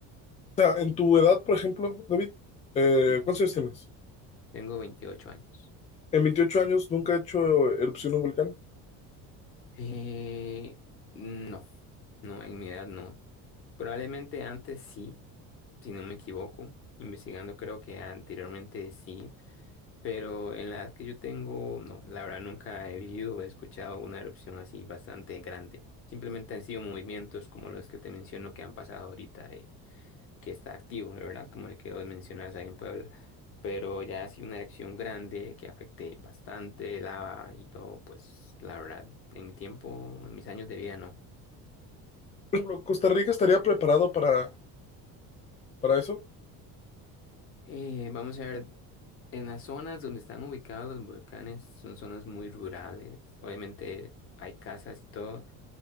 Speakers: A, on the left (about 20°); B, on the left (about 40°).
A: sea, en tu edad, por ejemplo, David, eh,
B: Ujú.
A: ¿cuántos años tienes?
B: Tengo 28 años.
A: En 28 años nunca he hecho erupción de un volcán.
B: Eh, no, no, en mi edad no. Probablemente antes sí, si no me equivoco. Investigando creo que anteriormente sí, Pero en la edad que yo tengo, no, la verdad nunca he vivido o he escuchado una erupción así bastante grande. Simplemente han sido movimientos como los que te menciono que han pasado ahorita de que está activo, la verdad, como el que vos mencionas ahí en Puebla. Pero ya así una erupción grande que afecte bastante lava y todo, pues la verdad, en mi tiempo, en mis años de vida, no.
A: Por ejemplo, ¿Costa Rica estaría preparado para, para eso?
B: Eh, vamos a ver, en las zonas donde están ubicados los volcanes son zonas muy rurales. Obviamente hay casas y todo